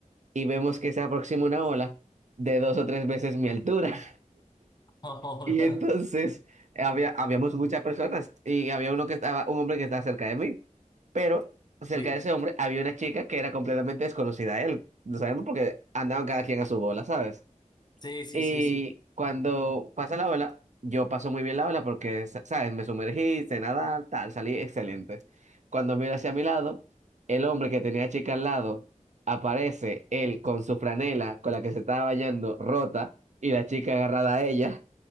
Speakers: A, on the right (about 60°); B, on the left (about 35°).
A: y vemos que se aproxima una ola de dos o tres veces mi altura.
B: <laughs>
A: Y entonces había, habíamos muchas personas y había uno que estaba, un hombre que estaba cerca de mí, pero cerca
B: Sí,
A: de ese hombre había una chica que era completamente desconocida a él. No sabemos porque andaban cada quien a su bola, ¿sabes?
B: sí, sí,
A: Y
B: sí. sí.
A: cuando
B: <laughs>
A: pasa la ola, yo paso muy bien la ola porque, sa- ¿sabes? Me sumergí, sé nadar, tal, salí excelente. Cuando miro hacia mi lado, el hombre que tenía a chica al lado, aparece él con su franela con la que se estaba bañando rota y la chica agarrada a ella.